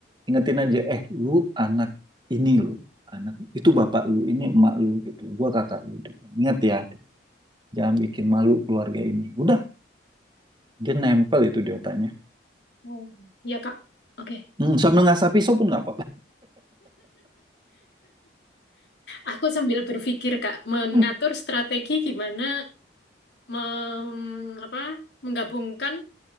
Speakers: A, on the right; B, on the left.
A: ingetin aja eh lu anak ini lu anak itu bapak lu ini emak lu gitu gua kakak lu gitu. ingat ya jangan bikin malu keluarga ini udah dia nempel itu di otaknya
B: Hmm. ya kak oke
A: Hmm, sambil ngasah pisau pun nggak
B: aku sambil berpikir kak mengatur
A: Hmm.
B: strategi gimana mem- apa menggabungkan